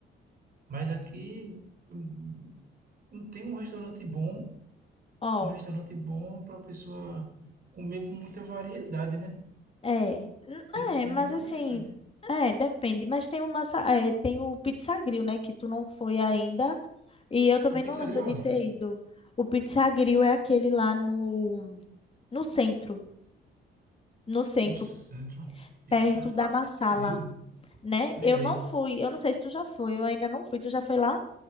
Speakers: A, on the right (about 50°); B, on the left (about 30°).
A: Mas aqui hum, não tem um restaurante bom,
B: Ó,
A: um restaurante bom para pessoa comer com muita variedade, né?
B: É, n-
A: Tem que
B: é,
A: ter
B: mas
A: muita
B: assim,
A: variedade.
B: é, depende. Mas tem o massa, é, tem o Pizza Grill, né, que tu não foi ainda. E eu também
A: O Pizza
B: não lembro
A: Pizzagril
B: de
A: onde?
B: ter ido. O Pizza Grill é aquele lá no, no centro, no centro,
A: No centro. Pizza...
B: perto da
A: Ah,
B: Marsala,
A: Pizza Pizzagril.
B: né?
A: Lembrei.
B: Eu não fui, eu não sei se tu já foi, eu ainda não fui. Tu já foi lá?